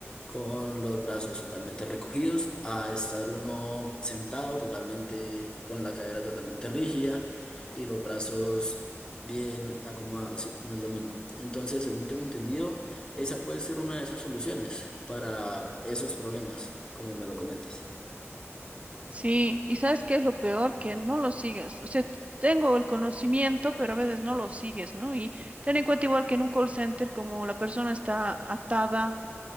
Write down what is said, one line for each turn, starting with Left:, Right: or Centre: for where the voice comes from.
Left: con los brazos totalmente recogidos, a estar uno sentado totalmente con la cadera totalmente rígida y los brazos bien acomodados, sí, no es lo mismo. Entonces, según tengo entendido, esa puede ser una de esas soluciones para esos problemas, como me lo comentas.
Right: Sí, y ¿sabes qué es lo peor? Que no lo sigas. O sea, t- tengo el conocimiento, pero a veces no lo sigues, ¿no? Y ten en cuenta igual que en un call center, como la persona está atada.